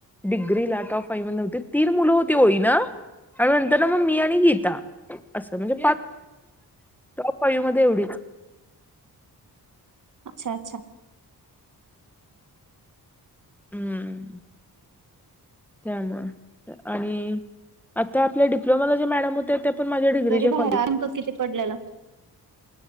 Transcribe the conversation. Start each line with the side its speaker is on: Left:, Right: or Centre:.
Centre: डिग्री लॅटॉप फईमध्ये नवती तीर मुलं होते. होई ना आणि नंतर ना मग मी आणि गीता अस म्हणजे. टप फायु मध्ये एवढीच.
Right: अच्छा, अच्छा.
Centre: हम्म. त्यामुळे आणि आता आपल्या डिप्लोमा जे मॅडम होते. पण माझ्या डिग्रीच्या
Right: तरी
Centre: कॉलेजला
Right: भाडं अंक
Centre: गे.
Right: किती पडलेलं.